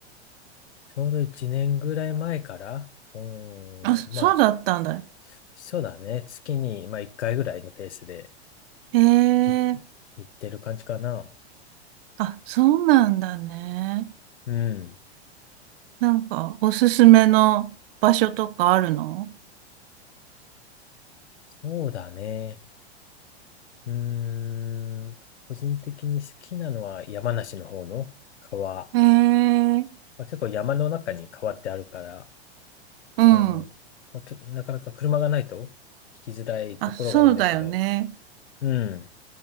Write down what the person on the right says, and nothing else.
あ、そうだったんだ。
へ
え、
あ、そうなんだね。
なんかおすすめの場所とかあるの
へえ、
うん。
あ、そうだよね。